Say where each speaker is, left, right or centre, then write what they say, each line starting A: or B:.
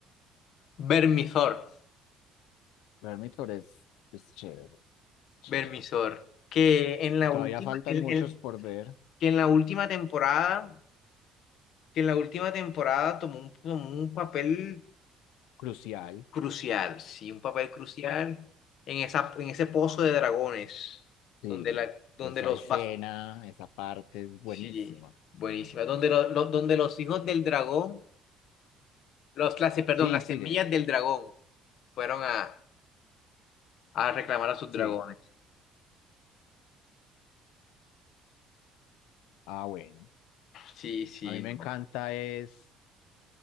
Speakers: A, on the left; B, on the left.
A: Vermisor.
B: Vermithor es, es chévere, es chévere.
A: Vermisor. Que en la
B: Todavía
A: última,
B: faltan
A: el-
B: muchos
A: el-
B: por ver,
A: que en la última temporada, que en la última temporada tomó un, tomó un papel
B: crucial.
A: crucial. Sí, un papel crucial en esa, en ese pozo de dragones.
B: Sí,
A: Donde la, donde
B: esa
A: los
B: escena,
A: va-
B: esa parte es buenísima.
A: Sí, buenísima. Donde lo- lo- donde los hijos del dragón, los, las, perdón,
B: Sí,
A: las
B: sigue,
A: semillas del dragón fueron a, a reclamar a sus
B: sí.
A: dragones.
B: Ah, bueno,
A: Sí, sí,
B: a mí me encanta
A: no.
B: es...